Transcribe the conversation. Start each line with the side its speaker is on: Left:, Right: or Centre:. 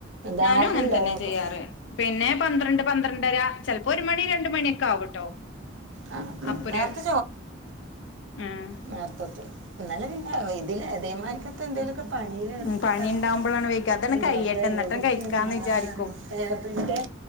Right: ദാഹം
Left: ഞാനും അങ്ങൻതന്നെ
Right: ഉണ്ടാവും അപ്പം
Left: ചെയ്യാറ് പിന്നെ പന്ത്രണ്ട് പന്ത്രണ്ടര ചെലപ്പോ ഒരു മണി രണ്ട് മണിയൊക്കെ ആവുട്ടോ
Right: ആ
Left: അപ്പൊര്
Right: നേരത്തെ
Left: ഏഹ്
Right: നേർത്തെത്തുംഇന്നലെ പിന്നെ ഇതില് ഇതേമാരിക്കത്ത എന്തേലൊക്കെ പണിലേർപ്പെട്ടാൽ
Left: ഉം പണി ഉണ്ടാവുമ്പോഴാണ് വൈക
Right: അഹ്
Left: അതാണ്
Right: ൻ്റെ
Left: കയ്യട്ടെ
Right: റബ്ബേ
Left: എന്നിട്ടും
Right: എവിടൊക്കെണ്
Left: കഴിക്കാന്ന്
Right: മാറാല
Left: വിചാരിക്കും
Right: അറിയോ? ടാബ്ളിന്റെ